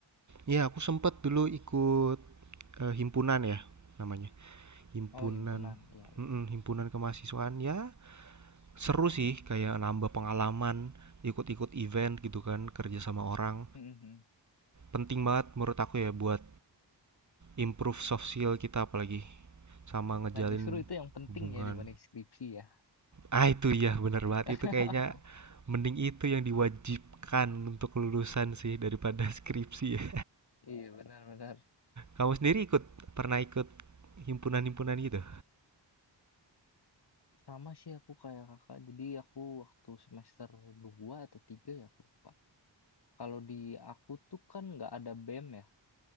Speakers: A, on the right; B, on the left.
A: Iya, aku sempet dulu ikut eh, himpunan ya namanya. Himpunan,
B: Oh, himpunan, iya. iya.
A: Mm-mm, himpunan kemahasiswaan ya Seru sih kayak nambah pengalaman, ikut-ikut event gitu kan, kerja sama orang.
B: Mhm.
A: Penting banget menurut aku ya buat improve soft skill kita apalagi sama ngejalin
B: Nah, justru itu yang penting
A: hubungan.
B: ya dibanding skripsi ya.
A: Ah itu ya bener banget
B: <laughs>
A: itu kayaknya mending itu yang diwajibkan untuk lulusan sih daripada <laughs> skripsi ya.
B: Iya, benar-benar.
A: Kamu sendiri ikut pernah ikut himpunan-himpunan gitu?
B: Sama sih aku kayak kakak. Jadi aku waktu semester 2 atau 3 ya aku lupa. Kalau di aku tuh kan nggak ada BEM ya.